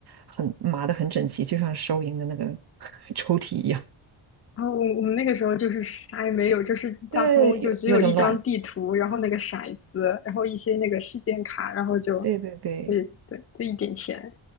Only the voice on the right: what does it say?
很码的很整齐，就像收银的那个 <laughs> 抽屉一样。
<laughs> 对，有有点乱。
对对对